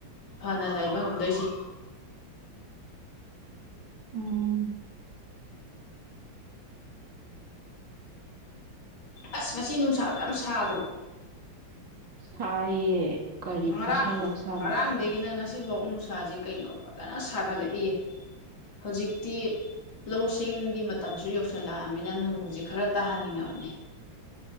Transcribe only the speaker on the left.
ꯐꯅ ꯂꯩꯕ ꯉꯝꯗꯣꯏꯁꯦ
ꯑꯁ ꯉꯁꯤ ꯅꯨꯡꯁꯥꯗꯣ ꯌꯥꯝ ꯁꯥꯗ꯭ꯔꯣ
ꯉꯔꯥꯡ
ꯉꯔꯥꯡꯗꯒꯤꯅ ꯉꯁꯤ ꯍꯧꯖꯤꯛꯐꯥꯎ ꯅꯨꯡꯁꯥꯁ ꯀꯩꯅꯣ ꯐꯖꯅ ꯁꯥꯒꯠꯂꯛꯏ ꯍꯧꯖꯤꯛꯇꯤ ꯂꯧ ꯁꯤꯡꯒꯤ ꯃꯇꯝꯁꯨ ꯌꯧꯁꯤꯜꯂꯛꯑꯅꯤꯅ ꯅꯣꯡꯁꯦ ꯈꯔ ꯇꯥꯍꯟꯅꯤꯡꯉꯕꯅꯤ